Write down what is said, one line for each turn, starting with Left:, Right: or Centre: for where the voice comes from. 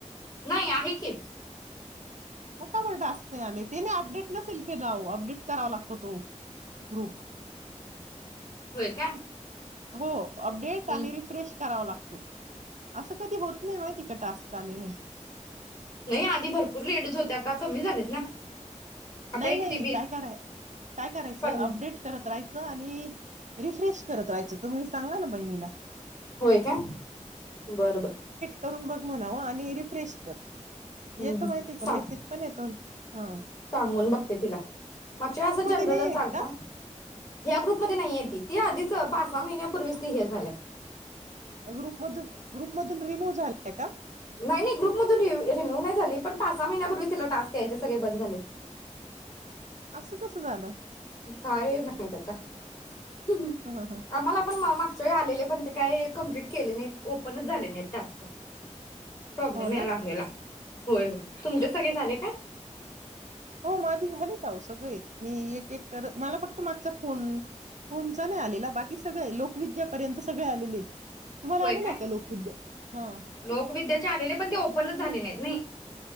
Left: नाही आहे की
Right: असं कुठं असतय आणि तीने अपडेट नसेल केला आवो अपडेट करावा लागतो तो ग्रुप
Left: व्हय काय?
Right: हो अपडेट
Left: हम्म.
Right: आणि रिफ्रेश करावं लाग असं कधी होत नाही व्हय तिथं टास्क आले नाही.
Left: नाई आधी भरपूर लेडीज होत्या आता कमी झालेत ना. आता
Right: नाही
Left: हे किती
Right: नाही
Left: वीस
Right: काय कराय काय करायचं
Left: पन्ना
Right: अपडेट करत राहायचं आणि रिफ्रेश करत राहायचं तुम्ही सांगाना बहिणीला
Left: होय काय बर बर
Right: करुन बघ म्हणाव आणि रिफ्रेश कर
Left: हम्म
Right: येतो
Left: हम्म
Right: माहितीये का
Left: सांग
Right: मेसेज पण येतो हां
Left: म्हणून बघते तिला मागच्यावेळी असच जनरलच
Right: नाही आहेत
Left: आलता
Right: का
Left: ह्या ग्रुप मध्ये नाईये ती ती आधीच क पाच सहा महिन्यापूर्वीच ती हे झाल्यात
Right: त्या ग्रुपमधून ग्रुपमधून रिमूव्ह झाले. <unintelligible>
Left: नाई नाई ग्रुप मधून री रिमुव्ह नाई झाली पण पाच सहा महिन्यापूर्वीच तिला टास्क यायचे सगळे बंद झालेत.
Right: आसं कसं झालं?
Left: काय माहित आता हम्म
Right: ह ह
Left: आम्हाला पण मा मा ते आलेले पण ते काय कंप्लीट केले नाइत ओपनच झाले नाय टास्क प्रॉब्लेम
Right: हो
Left: याय
Right: ना
Left: लागलेला. होय होय तुमचे सगळे झाले काय?
Right: हो माझे झालेत अहो सगळे. मी एक एक तर मला फक् तो मागचा फोन फोनचा नाही आलेला बाकी सगळे लोकविद्यापर्यंत सगळे आलेलेत तुम्हाला
Left: होय
Right: आलेलाये
Left: काय
Right: का लोकविद्या? हा
Left: लोकविद्याचे आलेले पण ते ओपनच झालेले नाही. नई